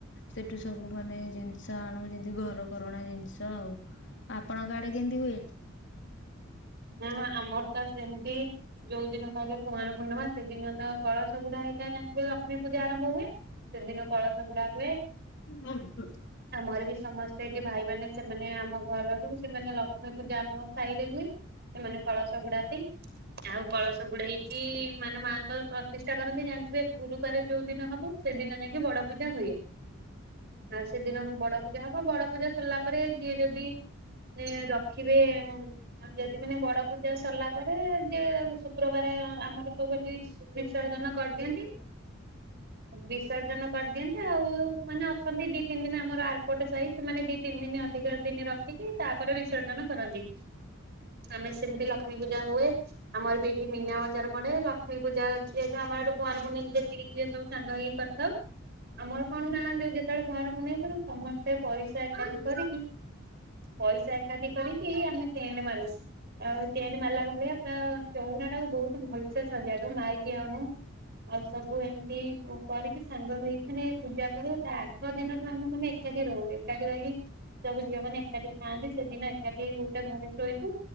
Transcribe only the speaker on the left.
ସେଠୁ ସବୁ ମାନେ ଜିନିଷ ଆଣୁ ଯେମିତି ଘର କରଣା ଜିନିଷ ଆଉ। ଆପଣଙ୍କ ଆଡେ କେମିତି ହୁଏ?
<inaudible>